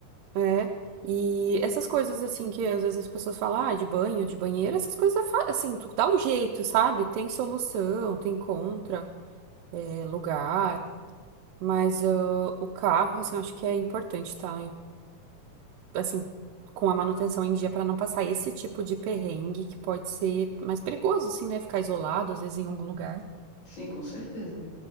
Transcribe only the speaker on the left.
Sim, com certeza.